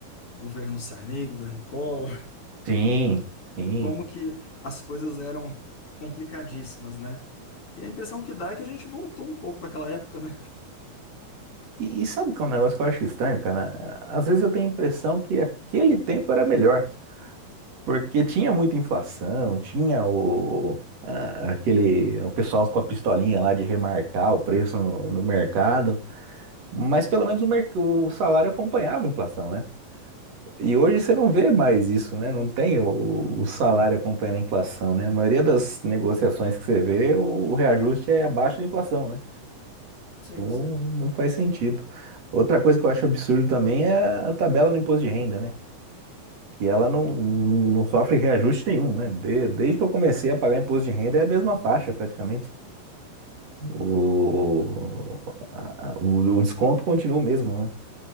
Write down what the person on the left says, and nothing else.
governo Sarney, governo Collor,
<laughs>
como que as coisas eram complicadíssimas, né? E a impressão que dá é que a gente voltou um pouco para aquela época, né?
Sim,
sim.